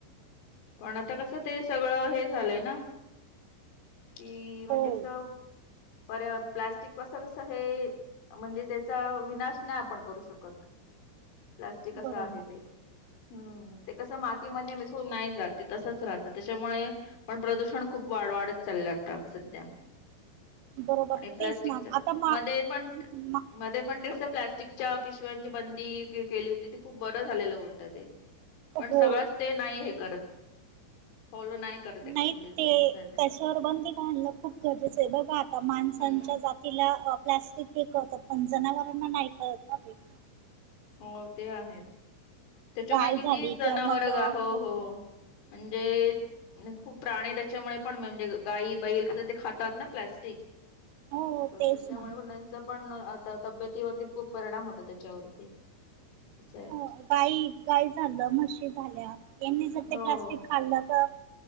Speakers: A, on the left (about 80°); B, on the right (about 80°).
A: पण आता कसं ते सगळं हे झालंय ना कि म्हणजे
B: हो
A: अस पर- प्लास्टिक पास कस हे म्हणजे त्याचा विनाश नाही आपण करू शकत. प्लास्टिक असं
B: बरोबर
A: आहे ते, हम्म ते कसं मातीमध्ये मिसळून नाही जात. ते तसच राहतं त्याच्यामुळे पण प्रदूषण खूप वाढ- वाढत चाललं आता सध्या.
B: बरोबर
A: आणि प्लास्टिक
B: तेच ना
A: च
B: आता मा
A: मध्ये पण
B: मा
A: म डे -मंडे असं प्लास्टिकच्या पिशव्यांची बंदी केली होती ती खूप बरं झालेलं उलटं ते. पण
B: हो
A: सगळंच ते नाही हे करत फॉलो नाही करत ऍक्च्युली
B: नाही ते
A: सध्या.
B: त्याच्यावर बंदी घालण खूप गरजेचं आहे बघा आता माणसांच्या
A: हम्म
B: जात तिला प्लास्टिक फेकवत पण जनावरांना नाही कळत ना ते.
A: हो ते आहेच त्याच्यामुळे
B: गाय
A: किती
B: झाली
A: जनावर
B: किंवा मग अ,
A: गाहो हो म्हणजे खूप प्राणी त्याच्यामुळे पण म्हणजे गायी, बैल कस ते खातात ना प्लॅस्टिक.
B: हो
A: असं
B: तेच
A: तेशामुळे
B: ना
A: पण तेच पण आता तब्येतीवरती खूप परिणाम होत त्याच्यावरती. असाय.
B: हो गाई- गाय झालं म्हशी झाल्या यांनी जर ते
A: हो.
B: प्लास्टिक खाल्लं तर